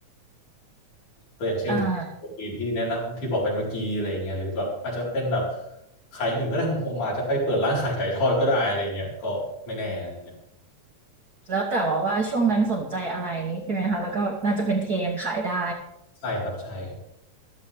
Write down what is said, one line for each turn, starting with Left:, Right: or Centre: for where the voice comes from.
Left: ก็อย่างเช่น
Right: อ่า
Left: ปีที่แนะนำที่บอกไปเมื่อกี้อะไรเงี้ยหรือแบบอาจจะเป็นแบบขายอย่างอื่นก็ได้ผมผมอาจจะไปเปิดร้านขายไก่ทอดก็ได้อะไรเงี้ยก็ไม่แน่อะไรเงี้ย
Right: แล้วแต่ว่าว่าช่วงนั้นสนใจอะไรใช่ไหมคะแล้วก็น่าจะเป็นเทรนด์ขายได้
Left: ใช่ครับใช่